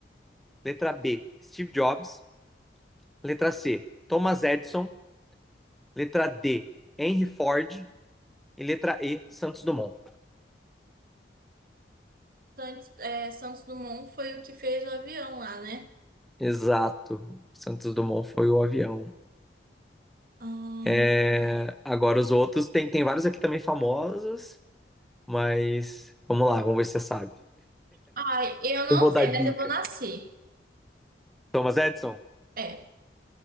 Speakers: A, in the centre; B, on the right (about 50°).
A: Letra B. Steve Jobs. Letra C. Thomas Edison. Letra D. Henry Ford. E letra E. Santos Dumont.
B: Santos, é, Santos Dumont foi o que fez o avião lá, né?
A: Exato. Santos Dumont foi o avião.
B: Hum,
A: É, Agora os outros, tem, tem vários aqui também famosos. Mas vamos lá, vamos ver se você sabe.
B: Ai, eu não
A: Eu vou
B: sei,
A: dar dica.
B: mas eu vou nascer.
A: Thomas Edison,
B: É,